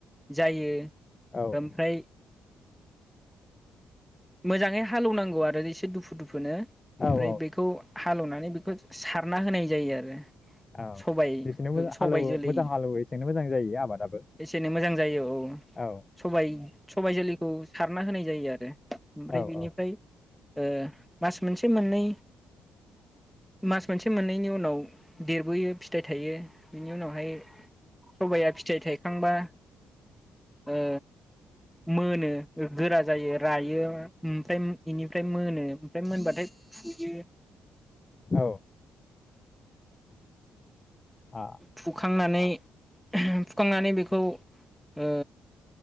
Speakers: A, in the centre; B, on the left.
A: जायो
B: औ
A: ओमफ्राय मोजाङै हालौवनांगौ गौ आरो एसे दुफु दुफुनो ओमफ्राय
B: औ औ
A: बेखौ हालेवनानै बेखौ सारना होनाय जायो आरो
B: औ
A: सबाय
B: जेसेनो मोजां
A: फंबाइ
B: हालेवो
A: जोलै
B: मोजां हालेवो एसेनो मोजां जायो आबादाबो
A: एसे एनै मोजां जायो औ
B: औ
A: सबाय फंबाइ जोलैखौ सारना होनाय जायो आरो ओमफ्राय
B: औ औ
A: बिनिफ्राय ओ, मास मोनसे मोननै मास मोनसे मोननैनि उनाव देरबोयो फिथाइ थायो बिनि उनावहाय सबाइाया फिथाइ थाइखांबा ओ मोनो गोरा जायो रायो, ओमफ्राय बेनिफ्राय मोनो मोनबाथाय फुयो
B: औ आ
A: थुखांनानै फुखांनानै बेखौ ओ